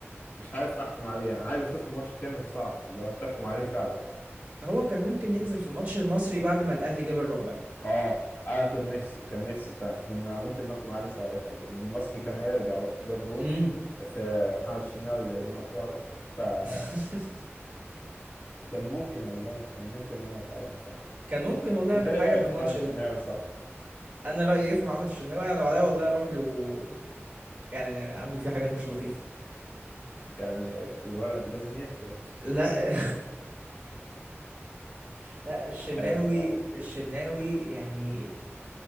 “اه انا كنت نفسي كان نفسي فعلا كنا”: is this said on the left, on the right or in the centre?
Left